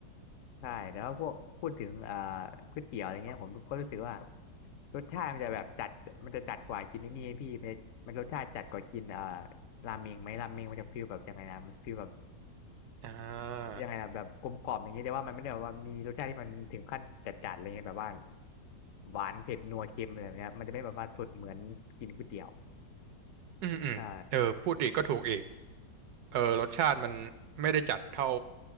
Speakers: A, on the left; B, on the right.
A: ใช่แล้วพวกพูดถึงอ่าก๋วยเตี๋ยวอะไรเงี้ยผมก็รู้สึกว่า รสชาติมันจะแบบจัดมันจะจัดกว่ากินนี่นี่ไงพี่มันมันรสชาติจัดกว่ากินเอ่อราเมงไหมราเมงมันจะฟีลแบบยังไงนะมันฟีลแบบ
B: อ่า
A: ยังไงนะแบบกลมกล่อมอย่างเงี้ยแต่ว่ามันไม่ได้แบบว่ามีรสชาติที่มันถึงขั้นจัดๆอะไรเงี้ยแบบว่าหวานเผ็ดนัวเค็มอะไรแบบเนี้ยมันจะไม่แบบว่าสุดเหมือนกินก๋วยเตี๋ยว
B: อืมอืมเออพูดอีกก็ถูกอีก
A: ใช่
B: เออรสชาติมันไม่ได้จัดเท่า